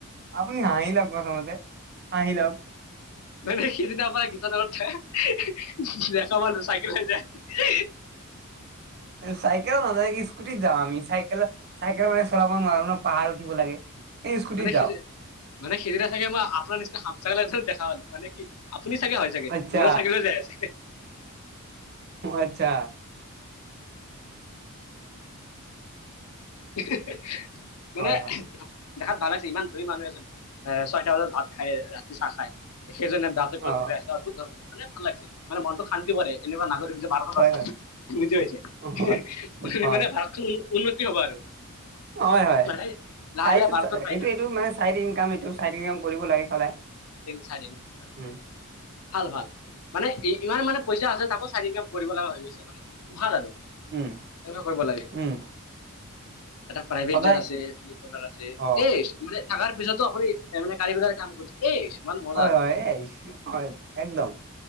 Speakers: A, on the right (about 45°); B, on the left (about 85°).
A: আপুনি হাঁহি লওক প্ৰথমতে, হাঁহি লওক।
B: মানে সিদিনাৰপৰা গিটা দত যায় দেখ পালোঁ চাইকেল লৈ যায়।
A: চাইকেলত নাযাওঁ স্কুটিত যামওঁ আমি, চাইকেলত চাইকেল মানে চলাব নোৱাৰো ন'। পাহাৰ উঠিব লাগে। এই স্কুটিত
B: মানে
A: যাওঁ
B: সি মানে সিদিনা চাগে মই আপোনাৰ নিচিনা হামচকল দেখা পালোঁ, মানে কি আপুনি চাগে হয় চাগে,
A: আচ্ছা
B: বুঢ়া চাইকেল লৈ যাই আছে।
A: আচ্ছা
B: <unintelligible> মানে
A: হয় হয়
B: দেখাত ভাল লাগিছে, ইমান ধনী মানুহ এজন এ, ছয়টা বজাত ভাত খায়, ৰাতি চাহ খায়। সেইজনে ডাকেটত
A: অ
B: বিলাই আছে অদ্ভূত ধৰণ, মানে ভাল লাগিছে। মানে মনটো শান্তি পৰে, এনেকুৱা নাগৰিক যে ভাৰতত
A: হয়
B: আছে।
A: হয়
B: বুজি পাইছে,
A: হয় হয়
B: মানে ভাৰতখন উন্নতি হ'ব আৰু।
A: হয় হয়
B: মানে লাহে
A: চাই
B: লাহে ভাৰতত চাইনা
A: এইটো এইটো মানে চাইড ইনকাম, এইটো চাইড ইনকাম কৰিব লাগে সদায়
B: চাইড ইনকাম
A: উ।
B: ভাল ভাল, মানে ই-ইমান মানে পইচা আছে তাকো চাইড ইনকাম কৰিব লগা হৈ গৈছে মানে। ভাল আৰু
A: উম
B: এনেকুৱা কৰিব লাগে।
A: উম
B: এটা প্ৰাইভেট
A: সদায়
B: যাৰ আছে, পাৰ আছে
A: অ
B: এ, মানে ষ্টুডে থাকাৰ পিছতো আপুনি মানে কাৰীগৰৰ কাম কৰিছে। এই ইমান মজা।
A: হয় হয় এই আহিছো হয় একদম